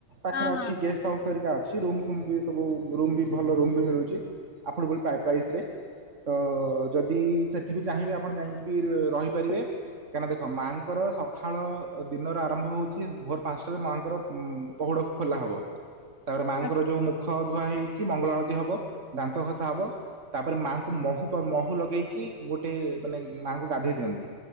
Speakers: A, on the right; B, on the left.
A: ପାଖରେ
B: ହଁ
A: ଅଛି
B: ହଁ
A: ଗେଷ୍ଟ ତାଉସରିକା ଅଛି ରୁମ ଫୁମ ବି ସବୁ ରୁମ ବି ଭଲ ରୁମ ବି ମିଳୁଛି ଆଫ୍ରୋଡେବ୍ଲଉଲି ପ୍ରାଇସ ରେ। ତ ଯଦି ସେଠି ବିି ଚାହିଁବେ ଆପଣ ଯାଇକି ବି ରହିପାରିବେ। କାହିଁକିନା ଦେଖ ମାଆଙ୍କର ସକାଳ ଦିନର ଆରମ୍ଭ ହଉଛି ଭୋର ପାଞ୍ଚଟାରେ ମାଆଙ୍କର। ପହୁଡକୁ ଖୋଲା ହବ ତାପରେ ମାଆଙ୍କର
B: ଆଚ୍ଛା
A: ଯୋଉ ମୁଖ ଧୁଆ ହେଇକି ମଙ୍ଗଳା ଆଳତିୀ ହବ ଦାନ୍ତ ଘ ହବ ତାପରେ ମାଙ୍କୁ ମହୁ ମହୁ ଲଗେଇକି ଗୋଟେ ମାନେ ମାଙ୍କୁ ଗାଧେଇ ଦିଅନ୍ତି।